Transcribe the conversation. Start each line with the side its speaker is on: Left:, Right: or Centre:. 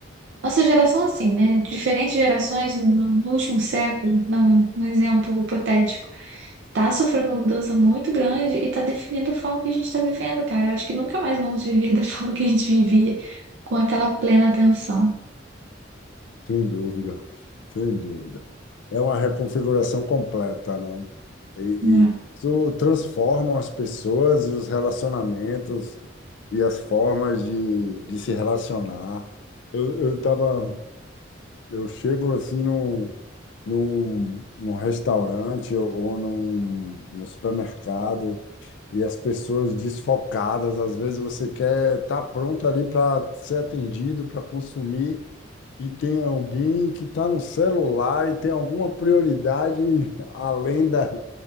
Right: nossa geração, assim, né? Diferentes gerações no, no último século, dá um, um exemplo hipotético, tá sofrendo uma mudança muito grande e tá definindo a forma que a gente tá vivendo, cara. Eu acho que nunca mais vamos viver da <laughs> forma que a gente vivia, com aquela plena atenção.
Left: Sem dúvida, sem dúvida. É uma reconfiguração completa, né? E,
Right: né?
Left: e isso transforma as pessoas e os relacionamentos e as formas de, de se relacionar. Eu, eu tava, eu chego assim num, num, num restaurante ou, ou num, num supermercado e as pessoas desfocadas. Às vezes você quer estar pronto ali para ser atendido, para consumir e tem alguém que está no celular e tem alguma prioridade <laughs> além da,